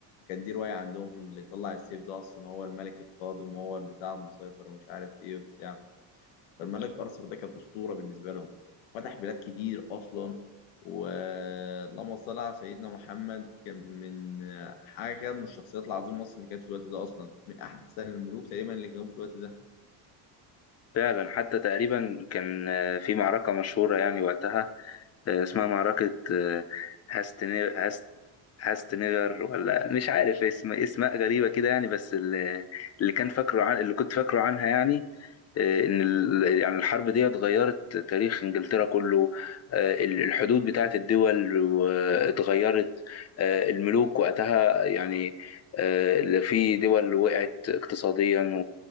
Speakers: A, on the left; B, on the left.
A: كان دي روايه عندهم اللي يطلع السيف ده اصلا هو الملك القادم وهو البتاع المسيطر ومش عارف ايه وبتاع فالملك ارثر ده كان اسطوره بالنسبه لهم فتح بلاد كتير اصلا ولما صلى على سيدنا محمد كان من حاجه كده من الشخصيات العظيمه اصلا اللي كانت في الوقت ده اصلا من احسن الملوك تقريبا اللي كانوا في الوقت ده
B: فعلا حتى تقريبا كان آه، في معركة مشهورة يعني وقتها آه، اسمها معركة آه، هاستنير هاست هاستنيغر ولا مش عارف اسم اسماء غريبة كده يعني بس اللي اللي كان فاكره عن اللي كنت فاكره عنها يعني آه، ان ال- يعني الحرب دي غيرت تاريخ انجلترا كله آه، ال- الحدود بتاعت الدول و- اتغيرت آه، الملوك وقتها يعني آه، في دول وقعت اقتصاديا